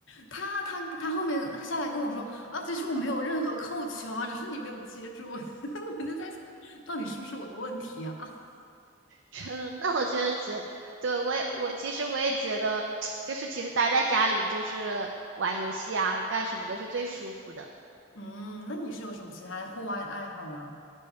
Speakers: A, on the left; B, on the right.
A: 他他他后面下来跟我说啊，其实我没有任何扣球啊，只是你没有接住，<laughs> 我就在想，到底是不是我的问题啊？<laughs>
B: 真的。那我真的觉得，对我也我其实我也觉得，<tsk> 就是其实待在家里就是玩游戏啊，干什么的是最舒服的。
A: 嗯，那你是有什么其他户外的爱好吗？